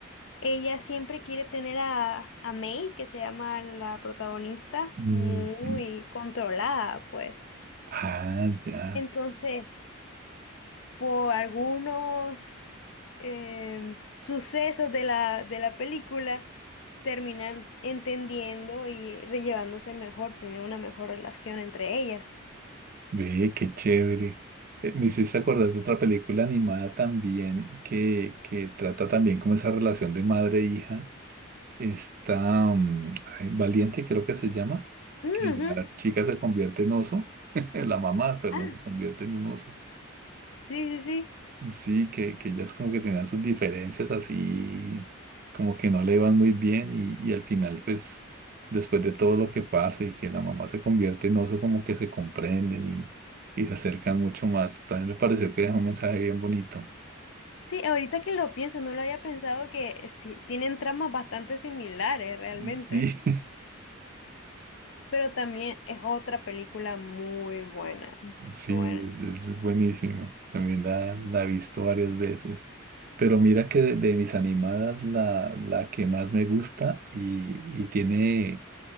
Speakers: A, on the left; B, on the right.
A: ella siempre quiere tener a, a May, que se llama la protagonista,
B: mm,
A: muy
B: sí.
A: controlada, pues.
B: Ah, ya.
A: Entonces, por algunos em, sucesos de la, de la película, terminan entendiendo y rellevándose mejor, tener una mejor relación entre ellas.
B: Ve, qué chévere. Eh, Me hiciste acordar de otra película animada también que, que trata también como esa relación de madre e hija. Está mm, ay, Valiente, creo que se llama,
A: Ujú.
B: que la chica se convierte en oso, <laughs> la mamá, perdón,
A: Ah,
B: se convierte en un oso.
A: sí, sí, sí.
B: Sí, que, que ellas como que tenían sus diferencias así, como que no le iban muy bien y, y al final pues después de todo lo que pasa y que la mamá se convierte en oso como que se comprenden y, y se acercan mucho más. También me pareció que dejó un mensaje bien bonito.
A: Sí, ahorita que lo pienso, no lo había pensado que eh, sí, tienen tramas bastante similares realmente,
B: Sí,
A: pero también es otra película muy buena. muy
B: <laughs> sí,
A: Buena.
B: es, es buenísima. También la, la he visto varias veces. Pero mira que de, de mis animadas la, la que más me gusta y, y tiene...